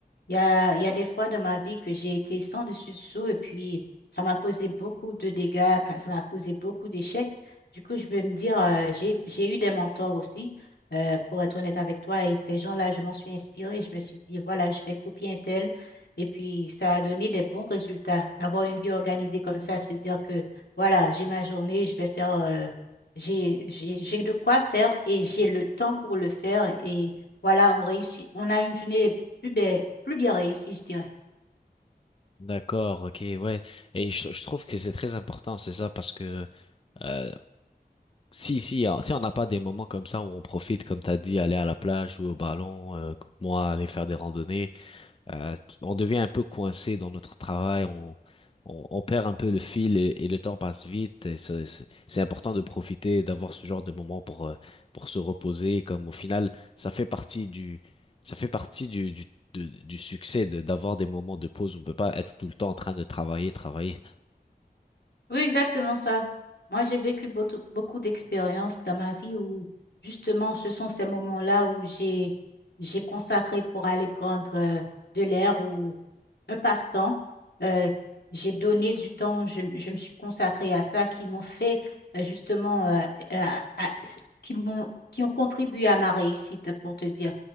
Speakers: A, on the left (about 85°); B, on the left (about 35°).
A: Il y a, il y a des fois dans ma vie que j'ai été sans dessus dessous et puis ça m'a causé beaucoup de dégâts, ca- ça m'a causé beaucoup d'échecs. Du coup, je peux me dire, euh, j'ai, j'ai eu des mentors aussi, euh, pour être honnête avec toi, et ces gens-là, je m'en suis inspirée. Je me suis dit, voilà, je vais copier un tel. Et puis, ça a donné des bons résultats. Avoir une vie organisée comme ça, se dire que, voilà, j'ai ma journée, je vais faire, euh, j'ai, j'ai, j'ai de quoi faire et j'ai le temps pour le faire. Et voilà, on réussit, on a une journée plus bien, plus bien réussi, je dirais.
B: D'accord, ok, ouais. Et je, je trouve que c'est très important, c'est ça, parce que euh, si si euh, si on n'a pas des moments comme ça où on profite, comme t'as dit, aller à la plage, jouer au ballon, euh, moi aller faire des randonnées, euh, t- on devient un peu coincé dans notre travail, on, on, on perd un peu le fil et, et le temps passe vite. et ça- C'est c'est important de profiter, d'avoir ce genre de moment pour, euh, pour se reposer, comme au final, ça fait partie du, ça fait partie du, du, de- du succès de, d'avoir des moments de pause. On ne peut pas être tout le temps en train de travailler, travailler.
A: Oui, exactement ça. Moi, j'ai vécu beaucoup, beaucoup d'expériences dans ma vie où, justement, ce sont ces moments-là où j'ai, j'ai consacré pour aller prendre euh, de l'air ou un passe-temps. Euh, j'ai donné du temps, je, je me suis consacrée à ça, qui m'ont fait euh, justement, euh, à- à- qui m'ont, qui ont contribué à ma réussite, pour te dire.